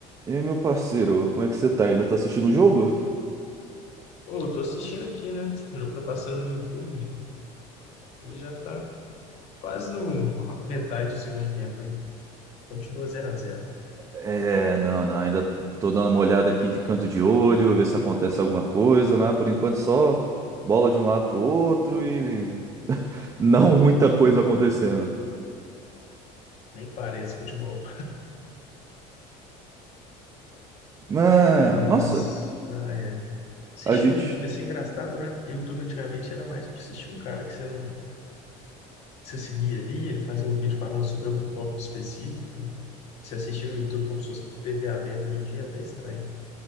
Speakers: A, on the right; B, on the left.
A: E aí, meu parceiro, como é que você tá? Ainda tá assistindo o jogo?
B: Ô, eu tô assistindo aqui, né? O jogo tá passando no YouTube e já tá quase no metade do segundo tempo ainda. Continua zero a 0.
A: É, não, não, ainda tô dando uma olhada aqui de canto de olho, ver se acontece alguma coisa, mas por enquanto só bola de um lado pro outro e não muita coisa acontecendo.
B: Nem parece futebol.
A: Ah,
B: Mas,
A: nossa,
B: ah, é. Assistir
A: a gente,
B: no YouTube assim é engraçado, né? YouTube antigamente era mais pra assistir um cara que você não você seguia ali, ele faz um vídeo falando sobre algum tópico específico. Se assistir no YouTube como se fosse TV aberta hoje em dia é até estranho,